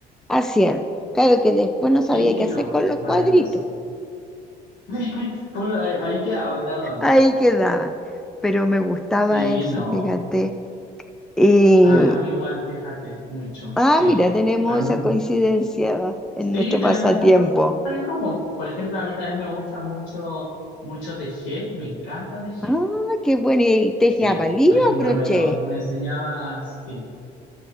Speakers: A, in the centre; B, on the left.
A: haciendo. Claro que después no sabía
B: sí,
A: qué
B: no,
A: hacer con los
B: maravilloso.
A: cuadritos,
B: <laughs> Bueno, ahí, ahí quedaban de adorno.
A: ahí quedaba, pero me gustaba
B: Sí,
A: eso,
B: no,
A: fíjate. Y,
B: a, a mí igual, fíjate, mucho,
A: ah,
B: sí.
A: mira, tenemos
B: A mí,
A: esa coincidencia en
B: Sí,
A: nuestro
B: tenemos
A: pasatiempo.
B: estas cosas en común. Por ejemplo, a mí también me gusta mucho, mucho tejer, me encanta tejer.
A: Ah, qué bueno, ¿y teje
B: Sí,
A: a palillo
B: por ejemplo,
A: o a crochet?
B: me lo, me enseñaba, sí.